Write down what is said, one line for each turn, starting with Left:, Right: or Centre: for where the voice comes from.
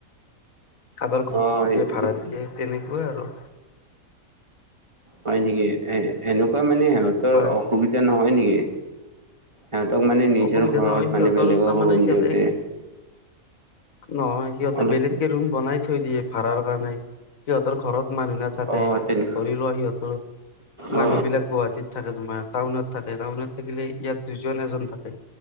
Left: কাৰোবাৰ ঘৰত
Right: অ
Left: দিয়ে
Right: সেইটোতো
Left: ভাড়া দিয়ে তেনেকুৱা আৰু।
Right: হয় নেকি? এ, এনেকুৱা মানে সিহঁতৰ
Left: হয়
Right: অসুবিধা নহয় নেকি? সিহঁত মানে নিজৰ
Left: অসুবিধা
Right: ঘৰত
Left: নহয় সিহঁতৰ
Right: মানে বেলেগক
Left: তাৰমানে
Right: ৰুম
Left: সিহঁতে
Right: দিওঁতে।
Left: এক নহয় সিহঁতে
Right: অলপ
Left: বেলেগকে ৰুম বনাই থৈ দিয়ে। ভাড়াৰ কাৰণে সিহঁতে। সিহঁতৰ ঘৰত মানুহ নাথাকে,
Right: অ তেনে
Left: ধৰি লোৱা সিহঁতৰ
Right: অ
Left: মানুহ বিলাক গুৱাহাটীত থাকে তোমাৰ। টাউনত থাকে, টাউনত থাকিলে ইয়াত দুজন এজন থাকে।